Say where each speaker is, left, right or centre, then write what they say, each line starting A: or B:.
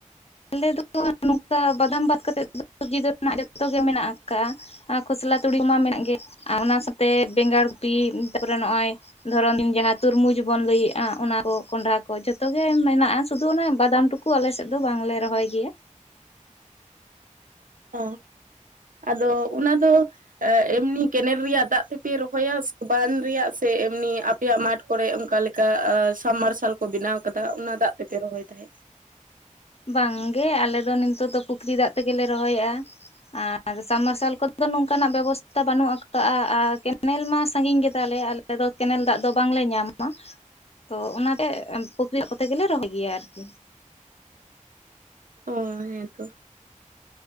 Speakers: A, on the left; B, on the right.
A: ᱟᱞᱮ ᱫᱚ ᱱᱚᱝᱠᱟ ᱵᱟᱫᱟᱢ ᱵᱟᱫ ᱠᱟᱛᱮᱫ ᱥᱚᱵᱡᱤ ᱫᱚ ᱱᱟᱦᱟᱜ ᱡᱚᱛᱚ ᱜᱮ ᱢᱮᱱᱟᱜ ᱟᱠᱟᱜᱼᱟ ᱾ ᱟᱨ ᱠᱷᱚᱥᱞᱟ ᱛᱩᱲᱤ ᱢᱟ ᱢᱮᱱᱟᱜ ᱜᱮ ᱟᱨ ᱚᱱᱟ ᱥᱟᱶᱛᱮ ᱵᱮᱸᱜᱟᱲ ᱠᱩᱯᱤ ᱛᱟᱨᱯᱚᱨᱮ ᱱᱚᱜᱼᱚᱭ ᱾ ᱫᱷᱚᱨᱚᱱ ᱫᱤᱱ ᱡᱟᱦᱟᱸ ᱛᱩᱨᱢᱩᱡᱽ ᱵᱚᱱ ᱞᱟᱹᱭᱮᱫᱼᱟ ᱚᱱᱟ ᱠᱚ ᱠᱚᱸᱰᱷᱟ ᱠᱚ ᱡᱷᱚᱛᱚ ᱜᱮ ᱢᱮᱱᱟᱜᱼᱟ ᱥᱩᱫᱷᱩ ᱚᱱᱮ ᱵᱟᱫᱟᱢ ᱴᱩᱠᱩ ᱾ ᱠᱩ ᱟᱞᱮᱥᱮᱫ ᱫᱚ ᱵᱟᱝᱞᱮ ᱨᱚᱦᱚᱭ ᱜᱮᱭᱟ ᱾
B: ᱚ ᱟᱫᱚ ᱚᱱᱟ ᱫᱚ ᱮᱢᱱᱤ ᱠᱮᱱᱮᱞ ᱨᱮᱭᱟᱜ ᱫᱟᱜ ᱛᱮᱯᱮ ᱨᱚᱦᱚᱭᱟ ᱥᱮ ᱵᱟᱸᱫᱷ ᱨᱮᱭᱟᱜ ᱥᱮ ᱮᱢᱱᱤ ᱟᱯᱮᱭᱟᱜ ᱢᱟᱴᱷ ᱠᱚᱨᱮ ᱚᱱᱠᱟ ᱞᱮᱠᱟ ᱥᱟᱵᱢᱟᱨᱥᱟᱞ ᱠᱚ ᱵᱮᱱᱟᱣ ᱟᱠᱟᱫᱟ ᱚᱱᱟ ᱫᱟᱜ ᱛᱮᱯᱮ ᱨᱚᱦᱚᱭ ᱛᱟᱦᱮᱸᱫ?
A: ᱵᱟᱝᱜᱮ ᱟᱞᱮ ᱫᱚ ᱱᱤᱛᱚᱜ ᱫᱚ ᱯᱩᱠᱷᱨᱤ ᱫᱟᱜ ᱛᱮᱜᱮᱞᱮ ᱨᱚᱦᱚᱮᱫᱼᱟ ᱾ ᱟᱨ ᱥᱟᱵᱢᱟᱨᱥᱟᱞ ᱠᱚᱫᱚ ᱱᱚᱝᱠᱟᱱᱟᱜ ᱵᱮᱵᱚᱥᱛᱟ ᱵᱟᱹᱱᱩᱜ ᱟᱠᱟᱜᱼᱟ ᱟᱨ ᱠᱮᱱᱮᱞ ᱢᱟ ᱥᱟᱺᱜᱤᱧ ᱜᱮᱛᱟᱞᱮ ᱼᱟ ᱾ ᱟᱞᱮ ᱫᱚ ᱠᱮᱱᱮᱞ ᱫᱟᱜ ᱫᱚ ᱵᱟᱝᱞᱮ ᱧᱟᱢᱟ ᱾ ᱛᱚ ᱚᱱᱟᱛᱮ ᱯᱩᱠᱷᱨᱤ‌ ᱫᱟᱜ ᱠᱚᱛᱮ ᱜᱮᱞᱮ ᱨᱚᱦᱚᱭ ᱜᱮᱭᱟ ᱟᱨᱠᱤ ᱾
B: ᱚ ᱦᱮᱸ ᱛᱚ